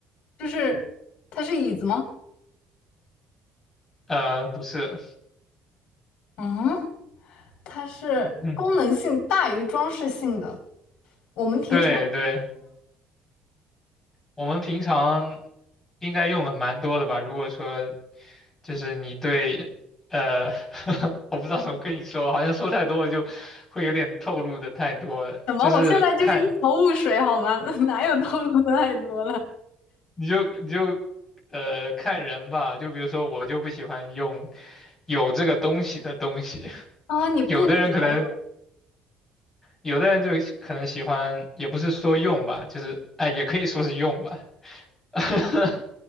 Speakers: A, on the left; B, on the left.
A: 就是它是椅子吗？
B: <laughs> 呃，不是，
A: 嗯。它是功能性大于装饰性的。
B: 嗯，
A: 我们平常
B: 对对。我们平常应该用的蛮多的吧？如果说就是你对，呃，<laughs> 我不知道怎么跟你说，好像说太多了就会有点透露的太多了。
A: 什么？
B: 就是看，
A: 我现在就是一头雾水，好吗？<laughs> 哪有透露的太多了
B: 你就你就呃看人吧。就比如说我就不喜欢用有这个东西的东西，
A: 啊？你不喜欢用，
B: 有的人可能有的人就喜可能喜欢，也不是说用吧，就是啊、也可以说是用吧。<laughs>